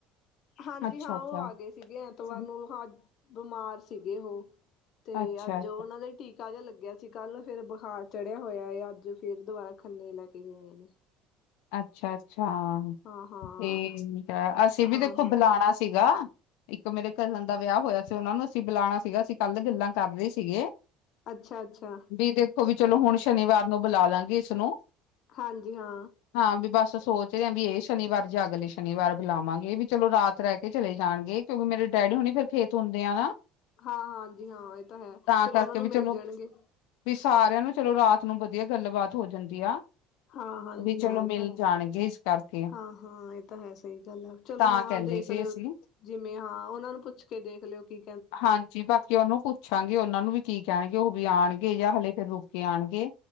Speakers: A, on the left; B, on the left.
A: ਹਾਂਜੀ
B: ਅੱਛਾ,
A: ਹਾਂ,
B: ਅੱਛਾ।
A: ਔ ਆ ਗਏ ਸੀਗੇ ਐਤਵਾਰ
B: ਅੱਛਾ,
A: ਨੂੰ, ਹਾਂ ਬਿਮਾਰ ਸੀ। ਏਹੋ, ਤੇ
B: ਅੱਛਾ,
A: ਅੱਜ ਉਹਨਾਂ ਦਾ ਟੀਕਾ ਜਿਹਾ ਲੱਗਿਆ ਕੱਲ ਫੇਰ ਬੁਖਾਰ ਚੜਿਆ ਹੋਇਆ, ਅੱਜ ਫਿਰ ਦੁਬਾਰਾ ਖੰਨੇ ਲੈ ਕੇ ਗਏ ਨੇ।
B: ਅੱਛਾ ਜੀ। ਅੱਛਾ
A: ਹਾਂ ਹਾਂ
B: ਫਿਰ ਠੀਕ ਐ, ਅਸੀਂ ਵੀ
A: ਹਾਂ
B: ਦੇਖੋ
A: ਹਾਂ
B: ਬੁਲਾਣਾ ਸੀਗਾ। ਇੱਕ ਮੇਰੇ ਕਜ਼ਨ ਦਾ ਵਿਆਹ ਹੋਇਆ ਸੀ, ਉਹਨਾ ਨੂੰ ਅਸੀਂ ਬੁਲਾਉਣਾ ਸੀਗਾ, ਅਸੀਂ ਕੱਲ ਗੱਲਾਂ ਕਰ ਰਹੇ ਸੀਗੇ।
A: ਅੱਛਾ ਅੱਛਾ।
B: ਵੀ ਦੇਖੋ ਵੀ ਚਲੋ ਹੁਣ ਸ਼ਨੀਵਾਰ ਨੂੰ ਬੁਲਾ ਲਾਂਗੇ ਇਸਨੂੰ
A: ਹਾਂਜੀ। ਹਾਂ
B: ਹਾਂ ਵੀ ਬਸ ਸੋਚ ਰਿਹਾ ਆ, ਇਹ ਸ਼ਨੀਵਾਰ ਜਾ ਅਗਲੇ ਸ਼ਨੀਵਾਰ ਬੁਲਾਵਾਂਗੇ, ਵੀ ਚਲੋ ਰਾਤ ਰਹਿ ਕੇ ਚਲੇ ਜਾਣਗੇ, ਕਿਉਂਕਿ ਮੇਰੇ ਡੈਡੀ ਹੁਣੀ ਫਿਰ ਖੇਤ ਹੁੰਦੇ ਆ ਨਾ।
A: ਹਾਂ ਹਾਂਜੀ ਹਾਂ, ਇਹ ਤਾਂ ਹੈ, ਫੇਰ
B: ਕਰਕੇ
A: ਉਹਨਾਂ ਨੂੰ
B: ਵੀ
A: ਮਿਲ
B: ਚਲੋ
A: ਜਾਣਗੇ।
B: ਵੀ ਸਾਰਿਆਂ ਨੂੰ ਚਲੋ ਰਾਤ ਨੂੰ ਵਧੀਆ ਗੱਲਬਾਤ ਹੋ ਜਾਂਦੀ ਆ।
A: ਹਾਂ ਹਾਂਜੀ
B: ਵੀ ਚਲੋ
A: ਹਾਂ
B: ਮਿਲ
A: ਇਹ ਤਾਂ ਹੈ
B: ਜਾਣਗੇ ਇਸ ਕਰਕੇ,
A: ਹਾਂ ਹਾਂ ਇਹ ਤਾਂ ਹੈ ਸਹੀ ਗੱਲ ਆ ਚਲੋ
B: ਤਾਂ
A: ਹਾਂ
B: ਕਹਿੰਦੇ
A: ਦੇਖ
B: ਸੀ
A: ਲਿਓ
B: ਏ ਸੀ
A: ਜਿਵੇਂ ਹਾਂ ਉਹਨਾਂ ਨੂੰ ਪੁੱਛ ਕੇ ਦੇਖ ਲਿਓ ਕਿ
B: ਹਾਂਜੀ ਬਾਕੀ ਔਨੂੰ ਪੁੱਛਾਂਗੇ, ਔਨਾਂ ਨੂੰ ਵੀ ਕੀ ਕਹਿਣਗੇ ਔ ਵੀ ਆਉਣਗੇ ਜਾਂ ਹਲੇੇ ਫਿਰ ਰੁ ਕੇ ਆਉਣਗੇ,